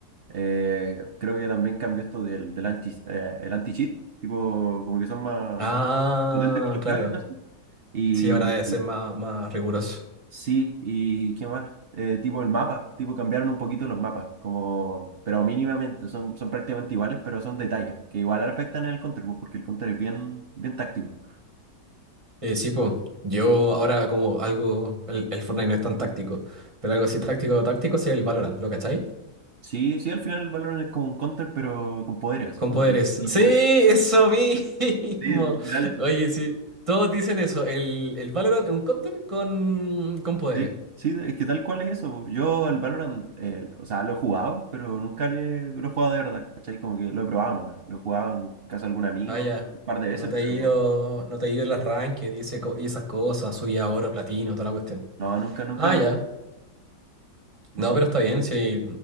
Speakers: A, on the right; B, on the right.
A: Eh, creo que también cambió esto del, del anti, eh, el anti-cheat, tipo, como que son más
B: Ah,
A: potentes con los
B: claro.
A: plugins, así. Y,
B: Sí, ahora debe ser más, más riguroso.
A: Sí, ¿y qué más? Eh, tipo el mapa, tipo cambiaron un poquito los mapas, como, pero mínimamente, son, son prácticamente iguales, pero son detalles, que igual afectan en el counter, pues, porque el counter es bien, bien táctico.
B: Eh, sí, pues. Yo ahora como algo, el, el Fortnite no es tan táctico, pero algo así táctico, táctico sí es el Valorant, ¿lo cachai?
A: Sí, sí, al final el Valorant es como un counter, pero con poderes, así
B: Con
A: como
B: poderes.
A: que y
B: Sí,
A: poder.
B: eso mismo.
A: Sí, literal
B: <laughs>
A: eso.
B: Oye, sí, todos dicen eso. El, el Valorant es un counter con, con poderes.
A: Sí, sí, es que tal cual es eso. Yo el Valorant, eh, o sea, lo he jugado, pero nunca le, lo he jugado de verdad, ¿cachai? Como que lo he probado nomás. Lo he jugado en casa de algún amigo
B: Ah, ya.
A: un par de veces,
B: No te
A: pero
B: he ido,
A: no,
B: no te he ido el arranque, dice co- y esas cosas, soy ahora platino, toda la cuestión.
A: no, nunca, nunca,
B: Ah, ya.
A: me- no,
B: No, pero está bien, si